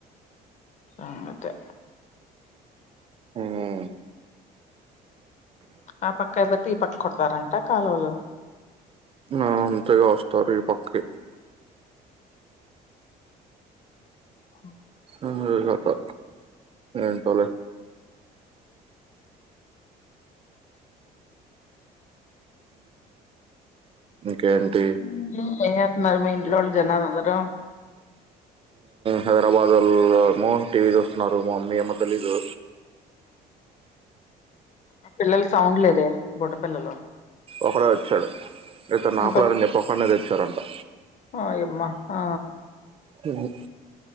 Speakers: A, on the left (about 45°); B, on the right (about 35°).
A: అంతే
B: హ్మ్
A: ఆ పక్క అయిపోతే ఈ పక్క కొడతారంటా కాలవలు
B: ఆ అంతేగా వస్తారు ఈ పక్కకి
A: అ
B: హ్మ్ హు ఏంటో లే హ్మ్ ఇంకేంటి?
A: హ్మ ఏం చెత్తనారు మీ ఇంట్లో వాలు జనాలు అందరూ
B: హైదరాబాదు వాళ్ళ ఏమో టీవీ చూస్తున్నారు మా మమ్మీ ఏమో తెలీదు
A: ఆ పిల్లల సౌండ్ లేదే బుడ్డ పిల్లలు
B: ఒకడే వచ్చాడు ఇద్దరిని
A: ఇంకొ
B: ఆపలేరు అని చెప్పి ఒకడినే తెచ్చారంటా
A: ఓయమ్మ ఆ
B: హ్మ్